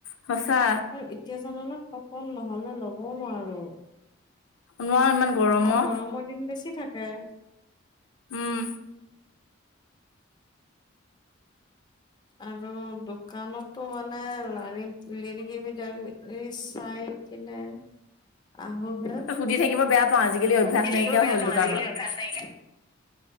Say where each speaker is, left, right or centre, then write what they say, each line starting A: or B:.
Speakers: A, on the left; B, on the left.
A: সঁচা।
B: তাৰ এতিয়া জানানে কটন নহ'লে ল'বও নোৱাৰো।
A: নোৱাৰো ইমান গৰমত
B: কাৰণ গৰমৰ দিন বেছি থাকে।
A: উম।
B: আৰু দোকানতো মানে লাৰি লিৰিকি বিধাৰি চাই কি নাই আহোহে,
A: সুধি থাকিব বেয়া পাওঁ আজিকালি
B: কত
A: অভ্যাস
B: থাকিব
A: নাইকিয়া
B: বেয়া
A: হ'ল
B: পাওঁ
A: দোকানত।
B: আজিকালি